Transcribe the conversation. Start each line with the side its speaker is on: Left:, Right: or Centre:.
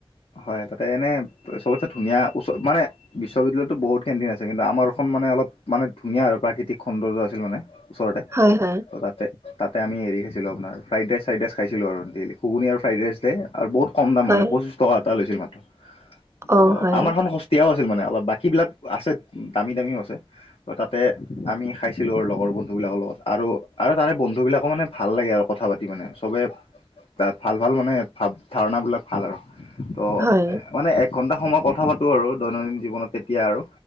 Left: হয় তাতে এনে চবতে ধুনীয়া ওচৰত মানে। বিশ্ববিদ্যালয়তো বহুত কেন্টিন আছে কিন্তু আমাৰখন মানে অলপ মানে ধুনীয়া আৰু প্ৰাকৃতিক। সৌন্দৰ্য আছিল মানে ওচৰতে।
Right: হয় হয়।
Left: ত' তাতে আমি হেৰি খাইছিলো আপোনাৰ ফ্ৰাইড ৰাই চাইড ৰাই খাইছিলোঁ ডেইলি ঘুগুনি আৰু ফ্ৰাইড ৰাইচ দে। আৰু বহুত কম দাম
Right: হয়
Left: মানে পঁচিশ টকা এটা লৈছিল মাত্ৰ ত
Right: অ হয়
Left: আমাৰ এ। তেতিয়াও আছিল মানে অলপ বাকীবিলাক আছে, দামী দামীও আছে তাতে। আমি খাইছিলো আৰু লগৰ বন্ধু বিলাকৰ লগত আৰু তাৰে বন্ধু বিলাকো মানে ভাল লাগে আৰু কথা পাতি মানে চবে। তাত ভাল ভাল মানে ধাৰণা বিলাক ভাল আৰু ত'
Right: হয়
Left: মানে। ঘণ্টা সময় কথা পাতো আৰু দৈনন্দিন জীৱনত তেতিয়া আৰু।